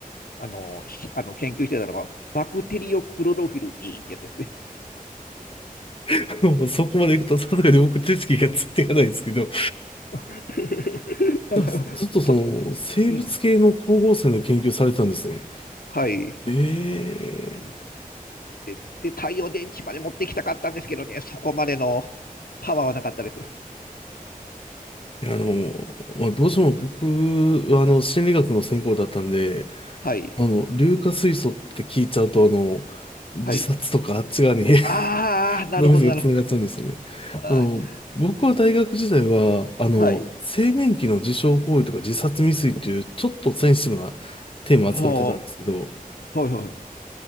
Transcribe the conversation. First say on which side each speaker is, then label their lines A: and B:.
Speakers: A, on the left; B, on the left.
A: あの、しあの研究してたのが、バクテリオクロロフィル E ってやつですね。
B: <laughs> もうそこまで行くと、さすがに僕手つきがついていかないですけど、
A: <laughs> だから、
B: ずっとその、
A: そ、そ
B: 生物系の光合成の研究されてたんですね。
A: うん、はい。
B: ええ
A: うんで、で、太陽電池まで持ってきたかったんですけどね、そこまでのパワーはなかったです。
B: いや、あの、まあ、
A: うん、
B: どうしても僕は、あの、心理学の専攻だったんで、
A: はい。
B: あの、硫化水素って聞いちゃうと、あの、自殺とかあっち側に
A: はい。
B: <laughs>
A: ああ、なるほど、
B: 脳みそが繋がっちゃうんですよね。
A: なるほど。あ
B: あの、僕は大学時代は、あの、
A: ーはい。
B: 青年期の自傷行為とか自殺未遂っていう、ちょっとセンシティブなテーマを扱ってたんですけど、
A: はあ、はい、はい。